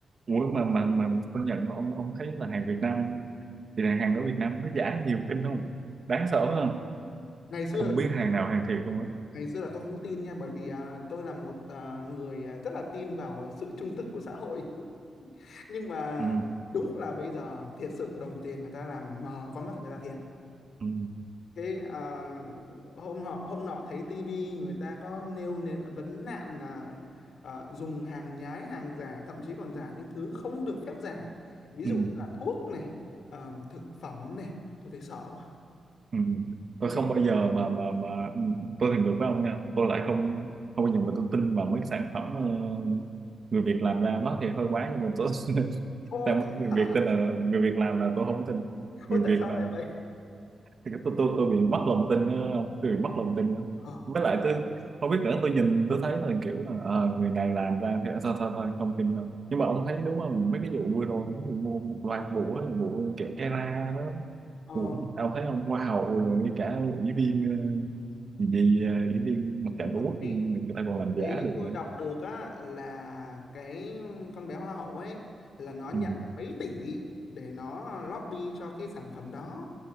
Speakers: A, on the right; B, on the left.
A: Ủa mà mà mà công nhận ông ông thấy là hàng Việt Nam thì là hàng ở Việt Nam nó giả nhiều kinh không đáng sợ hơn
B: ngày xưa
A: không
B: là
A: biết
B: tôi,
A: hàng nào hàng thiệt luôn á
B: ngày xưa là tôi không có tin nha bởi vì à, tôi là một à, người à, rất là tin vào sự trung thực của xã hội <laughs> nhưng mà
A: ừ,
B: đúng là bây giờ thiệt sự đồng tiền người ta làm mờ con mắt người ta thiệt
A: ừ,
B: cái à, hôm họ hôm nọ thấy tivi người ta có nêu nên vấn nạn là à, dùng hàng nhái hàng giả thậm chí còn giả những thứ không được phép giả ví dụ
A: ừ,
B: như là thuốc này à, thực phẩm này tôi thấy sợ quá
A: ừ. tôi
B: không
A: không
B: biết
A: bao giờ mà mà mà ừ, tôi thì ngược với ông nha tôi lại không không bao giờ mà tôi tin vào mấy cái sản phẩm ờ, người Việt làm ra nó thì hơi quá nhưng mà tôi <laughs>
B: ô
A: sao
B: <laughs>
A: mà
B: thế
A: người
B: hả?
A: Việt tin là người Việt làm là tôi không tin
B: Ôi,
A: người
B: tại
A: Việt
B: sao
A: làm
B: lại vậy
A: thì tôi tôi tôi bị mất lòng tin á, ông tôi bị mất lòng tin lắm
B: ờ
A: với lại tôi không biết nữa tôi nhìn tôi thấy là kiểu là ờ, người này làm ra thế sao thôi thôi không tin đâu nhưng mà ông thấy đúng không mấy cái vụ vừa rồi cũng như mua một loạt vụ á vụ kẹo cái ra đó
B: ờ,
A: vụ tao thấy ông hoa hậu rồi ngay cả ủy viên ờ, gì gì, ờ, ủy viên mặt trận
B: Tập
A: tổ quốc
B: ấy
A: người ta còn
B: tập
A: làm giả
B: ấy
A: được
B: tôi
A: nữa
B: đọc được á là cái con bé hoa hậu ấy là nó nhận
A: ừ.
B: mấy tỷ để nó lobby cho cái sản phẩm đó